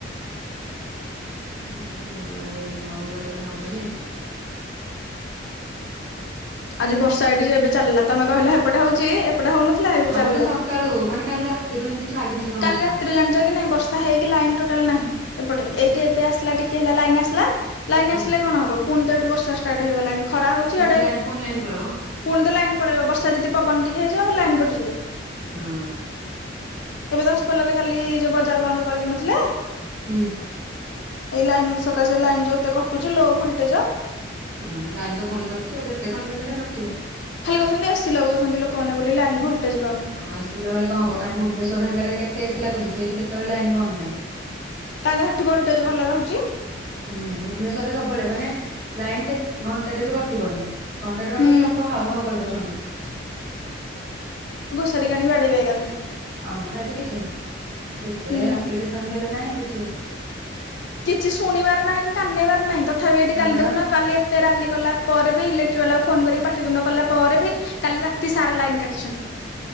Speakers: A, on the right; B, on the left.
A: କୁ ଭଲ ଲାଗେ ନୂଆ ବୋହୁୂ ଗୋଟେ ଗୋଟେ ହବ ଯେ
B: ଆଜି ବର୍ଷା ଏଇଠି ଯେ ଏବେ ଚାଲିଲା ତମେ କହିଲ ହେପଟେ ହଉଛି ଏପଟେ ହଉନଥିଲା ଏବେ
A: ଆମର
B: ଚାଲିଲା।
A: ତ ସକାଳୁ ମାନେ କାଲି ରାତିରୁ ଏମିତି ଛାଡିନି ଜମା
B: କାଲି
A: ବର୍ଷା
B: ରାତିରୁ ଜାଣିଛ କି ନାଇଁ ବର୍ଷା ହେଇକି ଲାଇନ ଟୋଟାଲ ନାହିଁ ଏପଟେ ଏଇଟି ଏବେ ଆସ ଟିକେ ହେଲା ଲାଇନ୍ ଆସିଲା ଲାଇନ୍
A: ହୁଁ
B: ଆସିଲେ କଣ ହବ ପୁଣି ତ ଏଇଠି ବର୍ଷା ଷ୍ଟାର୍ଟ ହେଇଗଲାଣି ଖରା ହଉଛି
A: ପୁଣି
B: ଇଆଡେ
A: ତ ଲାଇନ
B: ପୁଣି
A: ପୁଣି ଲାଇନ ପଳେଇବ
B: ତ ଲାଇନ ପଳେଇବ ବର୍ଷା ଯଦି ପବନ ଟିକେ ହେଇଯିବ ଲାଇନ କଟିଯିବ।
A: ହଁ
B: ଏବେ ଦଶ ପଲ୍ଲାରେ କାଲି ଯୋଉ ବଜାର ବନ୍ଦ କରିକି ନଥିଲା।
A: ହୁଁ
B: ଏଇ ଲାଇନ୍ ସକାଶେ ଲାଇନ ଯୋଉ ଏତେ କଟୁଛି ଲୋ ଭୋଲଟେଜ।
A: ହଁ ଲାଇନ ତ ପୁଣି କଟୁଛି ଆଉ ଯେତେ କହିଲେ ବି ହେରା କଟିବ।
B: ଖାଲି କହୁଛନ୍ତି ଏସି ଲଗଉଛନ୍ତି ଲୋକମାନେ ବୋଲି ଲାଇନ
A: ହଁ
B: ଭୋଲଟେଜ ପାଉନି
A: ଏସି ଲଗେଇଲେ କଣ ହବ କାହିଁ ଭୁବନେଶ୍ଵର ହେରକାର କେତ ଏସି ଲାଗୁଛି ସେଇଠି କେତେବେଳେ ଲାଇନ୍ ବନ୍ଦ ନାହିଁ।
B: କାହିଁ ତ ସେଠି ଭୋଲଟେଜ ଭଲ ରହୁଛି
A: ହୁଁ ଭୁବନେଶ୍ଵରରେ ସବୁବେଳେ ମାନେ ଲାଇନ କେତେ ଘଣ୍ଟାଟେ ବି କଟିବନି। ଘଣ୍ଟାଟେ କଟିଲେ
B: ହୁଁ
A: ଲୋକ ହାଉ ହାଉ କରିଦଉସନ୍ତି।
B: ଛଡେଇକି ଆଣିକି ବାଡେଇବେ ଏକାଥରେ।
A: ଆମର ଏଠି କିଛି ନାହିଁ ଯେତେ
B: ହୁଁ।
A: ଆପ୍ଲିକେସନ ଦେଲେ ନାହିଁ କି।
B: କିଛି ଶୁଣିବାର ନାହିଁ କି କାନେଇବାର ନାହିଁ ତଥାପି ଏଠି
A: ତାପରା
B: କାଲି ଦେଖୁନ କାଲି ଏତେ ରାଲି କଲା ପରେ ଇଲେକ୍ଟ୍ରିବାଲାକୁ ଫୋନ କରି ପାଠିତୁଣ୍ଡ କଲା ପରେ ବି, କାଲି ରାତି ସାରା ଲାଇନ କା <unintelligible>